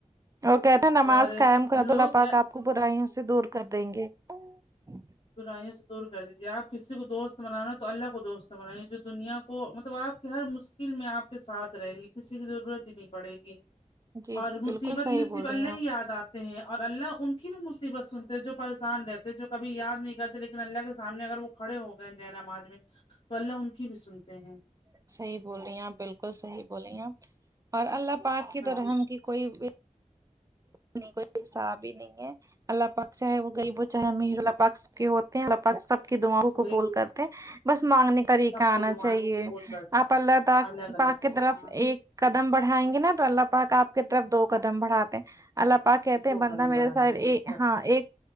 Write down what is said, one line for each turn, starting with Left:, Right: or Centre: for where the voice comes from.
Right: اور کہتے ہیں نماز
Left: اور
Right: قائم کرد
Left: لوگ
Right: اللہ پاک آپ کو برائیوں سے دور کر دیں گے اک <inaudible>
Left: برایوں سے دور کر دیجیے آپ کسی کو دوست بنانا تو اللہ کو دوست بنائیے جو دنیا کو مطلب آپ کے ہر فل میں آپ کے ساتھ رہیں گی کسی کی ضرورت ہی نہیں پڑے گی
Right: جی
Left: اور
Right: جی
Left: مصیبت
Right: بالکل صحیح
Left: میں صرف
Right: بول
Left: اللہ
Right: رہی ہیں آپ
Left: ہی یاد آتا ہیں اور اللہ ان کی بھی مصیبت سنتے ہیں جو پریشان رہتے جو کبھی یاد نہیں کرتے لیکن اللہ کے سامنے اگر وہ کھڑے ہو گئے ہیں ج نماز میں تو اللہ ان کی بھی سنتے ہیں
Right: صحیح بول رہی ہیں بالکل صحیح بولیں ہیں اور اللہ پاک کی
Left: بس
Right: تو رحم کی کوئی بھی کوئی حساب بھی نہیں ہے اللہ پاک چاہے وہ غریب ہو چاہے امیر اللہ پاک سب کے ہوتے ہیں اللہ پاک سب کی دعاوں
Left: وہی
Right: کو بول کرتے بس مانگنے طریقہ
Left: سب
Right: آنا
Left: کو دعائیں
Right: چاہیے
Left: کو قبول کر
Right: آپ اللہ
Left: الگ
Right: پاک
Left: الگ
Right: کی طرف
Left: ہاں
Right: ایک قدم بڑھائیں گے نا تو اللہ پاک آپ کی طرف دو قدم بڑھاتے اللہ پاک کہتے ہیں
Left: دو
Right: بندہ
Left: قدم بڑھائیں
Right: میرے س
Left: گے بے شک
Right: ہاں ایک